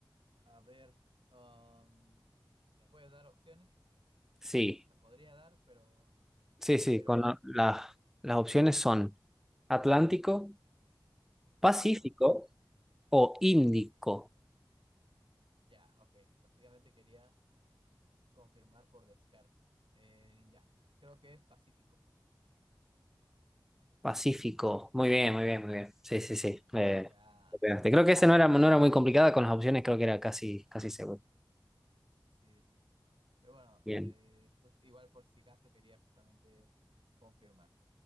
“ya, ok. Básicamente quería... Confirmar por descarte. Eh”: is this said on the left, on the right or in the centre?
Right